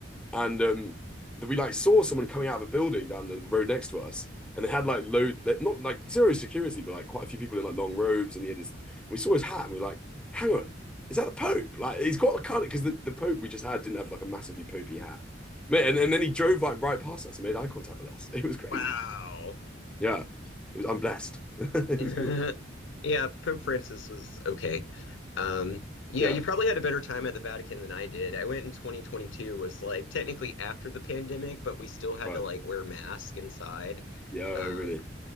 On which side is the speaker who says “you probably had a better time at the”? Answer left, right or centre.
Left